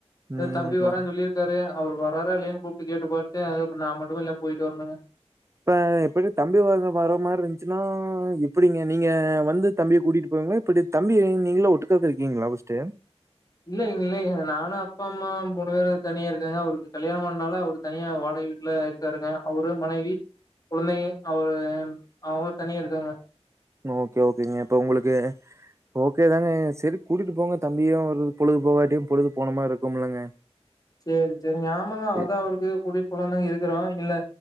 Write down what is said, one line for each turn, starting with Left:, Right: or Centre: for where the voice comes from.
Right: ம்.
Left: தம்பி வர்ரன்னு சொல்லிருக்காரு அவரு வர்ராறா இல்லையான்னு கூப்ட்டு கேட்டு பாத்து அ நா மட்டு இல்ல போயிட்டு வரணுங்க
Right: இப்ப எப்டி தம்பி வர வர்ர மாதிரி இருந்துச்சுன்னா எப்டிங்க நீங்க வந்து தம்பிய கூட்டிட்டு போவீங்களா இப்டி தம்பி நீங்களும் ஒட்டுக்காத்தா இருக்கீங்களா ஃபஸ்ட்டு
Left: இல்லைங்க இல்லைங்க நானு அப்பா அம்மா மூணு பேரு தனியா இருக்கங்க அவருக்கு கல்யாணம் பண்ணனால அவரு தனியா வாடகை வீட்டுல இருக்காருங்க அவுரு மனைவி கொழந்தைங்க அவர் அவுங்கலா தனியா இருக்காங்க
Right: ஓகே ஓகேங்க இப்ப உங்களுக்கு ஓகே தாங்க செரி கூட்டிட்டு போங்க தம்பியும் ஒரு பொழுது போகாட்டியு பொழுது போன மாரி இருக்கும்லங்க
Left: செரி செரிங்க ஆமாங்க
Right: சரி.
Left: அது அவருக்கு கூடிட்டு போலாந்தாங்க இருக்குறோ இல்லை